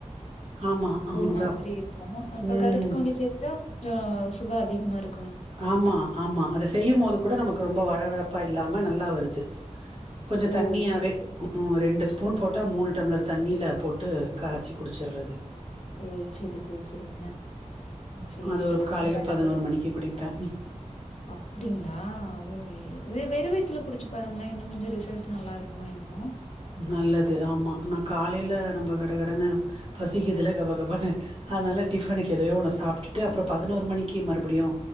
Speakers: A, on the right; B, on the left.
A: ஆமா
B: ஒரு
A: அதா
B: மாதிரி இருக்கு இப்ப
A: ம்
B: கருப்பு கவணி சேர்த்தா கொஞ்சோ சுவ அதிகமா இருக்கு
A: ஆமா ஆமா அத செய்யும் போது கூட நமக்கு ரொம்ப வழவழப்பா இல்லாம நல்லா வருது கொஞ்சு
B: ஓ!
A: தண்ணியாவே
B: சரி, சரி.
A: ரெண்டு ஸ்பூன் போட்டா மூணு டம்ளர் தண்ணியில போட்டு காய்ச்சி குடிச்சறது
B: ஓ சரி சரி சரிங்க சரிங்க.
A: அது ஒரு
B: நானும்
A: காலையில
B: வேணா
A: பதினோரு
B: கரு
A: மணிக்கு குடிப்பே
B: அப்படிங்களா ஓ அது வெறு வயித்துல குடிச்சு பாருங்களே இன்னு கொஞ்சு ரிசல்ட் நல்லா இருக்கு உண்ம என்னமோ
A: நல்லது ஆமா நா காலையில நம்ம கடகடனனு பசிக்குதுல கப கபனு அதனால டிஃபனுக்கு எதையோ ஒன்ன சாப்பிட்டுட்டு அப்புறோ பதினோரு மணிக்கு மறுபடியு